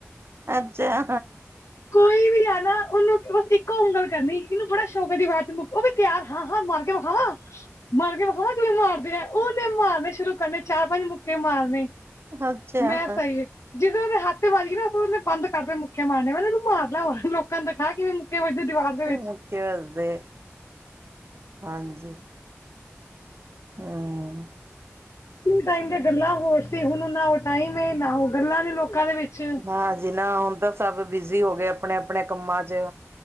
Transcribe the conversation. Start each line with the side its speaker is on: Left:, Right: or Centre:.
Right: ਅੱਛਾ
Left: ਕੋਈ ਵੀ ਆਨਾ ਉਹਨੂੰ ਬਸ ਇੱਕੋ ਗਲ ਕਰਨੀ ਇਹਨੂੰ ਬੜਾ ਸ਼ੌਕ ਐ ਦੀਵਾਰ ਚ ਮੁਕੇ ਉਹ ਵੀ ਤਿਆਰ ਹਾਂ ਹਾਂ ਮਾਰ ਕੇ ਵਿਖਾਵਾਂ ਮਾਰ ਕੇ ਵਿਖਾਵਾ ਕਿਵੇ ਮਾਰਦੇ ਐ ਓਨੇ ਮਾਰਨੇ ਸ਼ੁਰੂ ਕਰਨੇ ਚਾਰ ਪੰਜ ਮੁੱਕੇ ਮਾਰਨੇ
Right: ਅੱਛਾ।
Left: ਮੈਂ ਸਹੀ ਜਿਦੇ ਉਹਦੇ ਹੱਥ ਵਜ ਗਈ ਨਾ ਉਹਨੇ ਬੰਦ ਕਰਦੇ ਮੁੱਕੇ ਮਾਰਨੇ ਤੂੰ ਮਾਰ ਲਿਆ ਹੋਰ ਕੀ ਲੋਕਾਂ ਦਿਖਾ ਕੇ ਵੀ ਮੁੱਕੇ ਵਜੇ ਦੀਵਾਰ
Right: <unintelligible>
Left: ਦੇ ਵਿੱਚ।
Right: ਹੰ
Left: ਟਾਈਮ ਤੇ ਗੱਲਾਂ ਹੋਰ ਸੀ ਹੁਨ ਨਾ ਉਹ ਟਾਈਮ ਏ ਨਾ ਉਹ ਗੱਲਾਂ ਨੇ ਲੋਕਾਂ ਦੇ ਵਿੱਚ
Right: ਨਾ ਜੀ ਨਾ ਹੁਨ ਤਾਂ ਸਭ ਬਿਜ਼ੀ ਹੋ ਗਏ ਅਪਨੇ ਅਪਨੇ ਕੰਮਾਂ ਚ